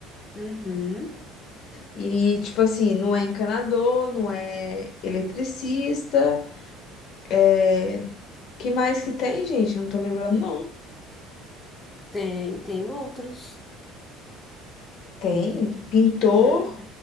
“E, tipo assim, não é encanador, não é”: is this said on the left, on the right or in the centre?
Left